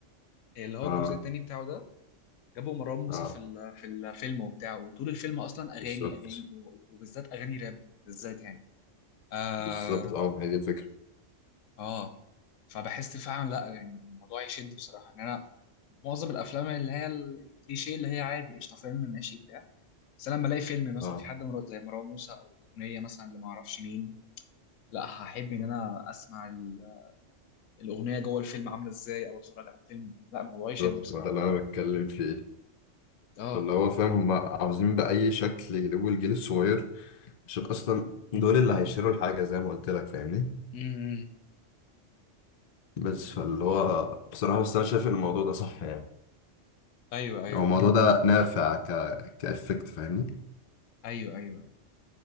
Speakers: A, on the left; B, on the left.
A: اللي هو
B: اه
A: الجزء التاني بتاعه ده جابوا مروان موسى
B: اه
A: في ال- في الفيلم وبتاعه وطول الفيلم اصلا
B: بالظبط
A: اغاني اغاني وبالذات اغاني راب بالذات يعني اه
B: بالظبط اه ما هي دي الفكره
A: آه. فبحس فعلا لا يعني الموضوع يشد بصراحه يعني انا معظم الافلام اللي هي ال- الكليشيه اللي هي عادي قشطه فيلم ماشي بتاع بس انا لما الاقي فيلم مثلا
B: اه
A: في حد مر- زي مروان موسى او اغنيه مثلا اللي ما اعرفش مين لا هحب ان انا اسمع ال- الاغنيه جوه الفيلم عامله ازاي او اتفرج على الفيلم لا الموضوع يشد
B: بالظبط
A: بصراحه
B: ما ده اللي انا بتكلم فيه
A: اه
B: فاللي هو فاهم هم عاوزين بأي شكل يجيبوا الجيل الصغير عشان اصلا دول اللي هيشتروا الحاجة زي ما قلت لك فاهمني
A: امم
B: بس فاللي هو بصراحة بس انا شايف ان الموضوع ده صح يعني
A: ايوه ايوه
B: هو الموضوع ده نافع ك كإفكت فاهمني
A: ايوه ايوه